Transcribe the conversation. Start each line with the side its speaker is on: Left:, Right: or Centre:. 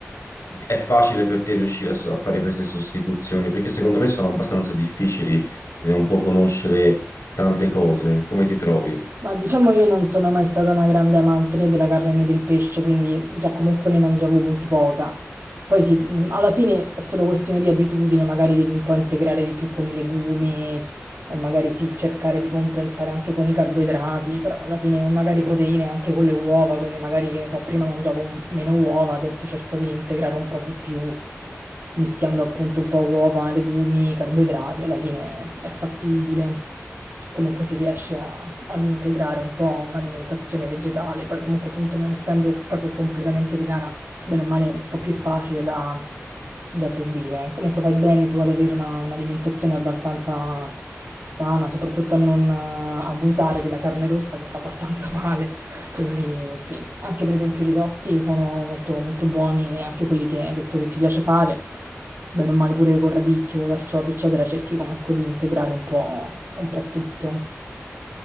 Left: è facile per te riuscire a, s- a fare queste sostituzioni, perché secondo me sono abbastanza difficili e un po' conoscere tante cose. Come ti trovi?
Right: Ma diciamo io non sono mai stata una grande amante né della carne né del pesce, quindi già comunque ne mangiavo molto poca. Poi sì, mh, alla fine è solo questione di abitudine, magari devi un po' integrare di più con i legumi, o magari sì, cercare di compensare anche con i carboidrati, però alla fine, o magari proteine anche con le uova, quindi magari, che ne so, prima mangiavo un- meno uova, adesso cerco di integrare un po' di più, mischiando appunto un po' uova, legumi, carboidrati, alla fine è fattibile. Comunque si riesce a- ad integrare un po' un'alimentazione vegetale, poi comunque appunto non essendo proprio completamente vegana bene o male un po' più facile da, da seguire. Comunque fai bene tu ad avere una- un'alimentazione abbastanza sana, soprattutto a non eh, abusare della carne rossa che fa abbastanza <laughs> male. Quindi sì, anche per esempio i risotti sono molto, molto buoni, anche quelli che hai detto che ti piace fare, bene o male pure con radicchio, carciofi, eccetera, cerchi comunque di integrare un po', un po' tutto.